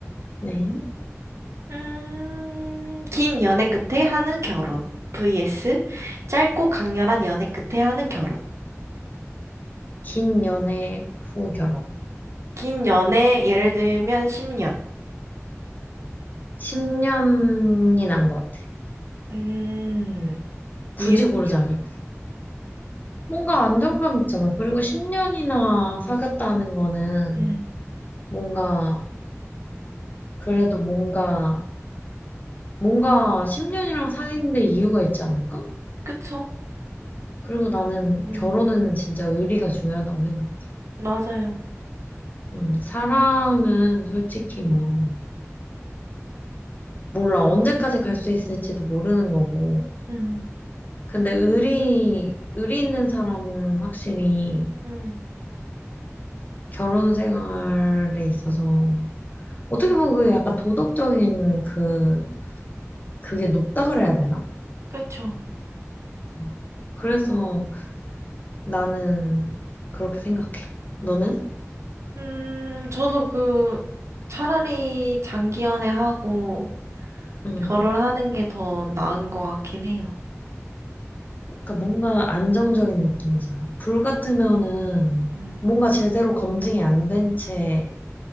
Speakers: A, on the left; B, on the right.
A: 네.
B: 음, 긴 연애 끝에 하는 결혼. vs 짧고 강렬한 연애 끝에 하는 결혼.
A: 긴 연애 후 결혼.
B: 긴 연애, 예를 들면 10년.
A: 10년이 난 것 같아.
B: 음,
A: 굳이
B: 이은이요?
A: 고르자면. 뭔가 안정감 있잖아. 그리고 10년이나 사귀었다는 거는
B: 음,
A: 뭔가, 그래도 뭔가, 뭔가 10년이랑 사귄 데 이유가 있지 않을까?
B: 그쵸?
A: 그리고 나는
B: 음,
A: 결혼은 진짜 의리가 중요하다고 생각해.
B: 맞아요.
A: 음, 사랑은 솔직히 뭐, 몰라. 언제까지 갈 수 있을지도 모르는 거고.
B: 음,
A: 근데 의리, 의리 있는 사람은 확실히
B: 음,
A: 결혼 생활에 있어서 어떻게 보면 그게 약간 도덕적인 그, 그게 높다 그래야 되나?
B: 그쵸.
A: 음. 그래서 나는 그렇게 생각해. 너는?
B: 음, 저도 그, 차라리 장기 연애하고,
A: 응.
B: 결혼하는 게 더 나은 것 같긴 해요.
A: 그러니까 뭔가 안정적인 느낌이잖아. 불 같으면은
B: 음,
A: 뭔가 제대로 검증이 안 된 채